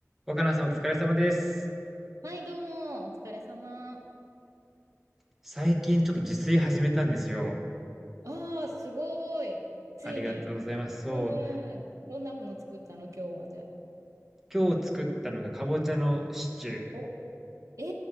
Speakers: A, in the centre; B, on the right.
A: 若菜さんお疲れ様です。
B: はい、どうも、お疲れ様。
A: 最近ちょっと自炊始めたんですよ。
B: ああ、すごい。ついに。
A: ありがとうございます。そう。
B: うーん。どんなもの作ったの、今日は、じゃあ。
A: 今日作ったのがかぼちゃのシチュー。
B: お、えー、